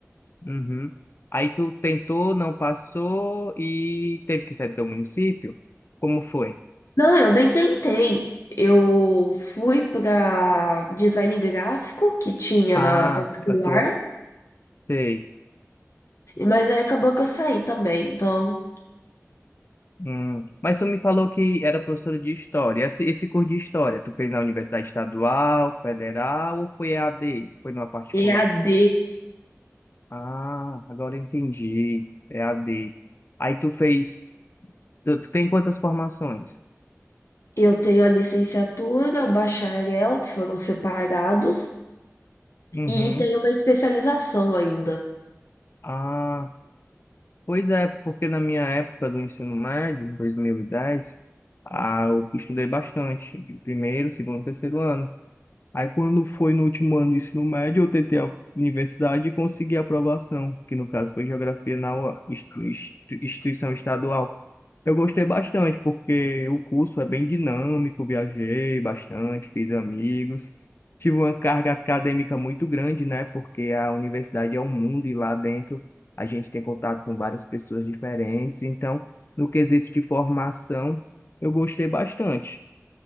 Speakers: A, on the left; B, on the left.
A: Uhum. Aí tu tentou, não passou e teve que sair do teu município? Como foi?
B: Não, eu nem tentei. Eu fui para design gráfico que tinha
A: Ah,
B: na particular,
A: da tua Sei.
B: mas aí acabou que eu saí também. Então,
A: Hum. Mas tu me falou que era professora de história. Esse, esse curso de história, tu fez na Universidade Estadual, Federal ou foi E a d, Foi numa particular?
B: EAD,
A: Ah, agora eu entendi. É A d. Aí tu fez. Tu, tu tem quantas formações?
B: eu tenho a licenciatura, o bacharel, que foram separados,
A: Uhum.
B: e tenho uma especialização ainda.
A: Ah, pois é, porque na minha época do ensino médio, em 2010, ah, eu estudei bastante. Primeiro, segundo, terceiro ano. Aí quando foi no último ano do ensino médio, eu tentei a universidade e consegui a aprovação, que no caso foi geografia na UA, institu- institu- instituição estadual. Eu gostei bastante, porque o curso é bem dinâmico, viajei bastante, fiz amigos. Tive uma carga acadêmica muito grande, né? Porque a universidade é um mundo e lá dentro a gente tem contato com várias pessoas diferentes. Então, no quesito de formação, eu gostei bastante.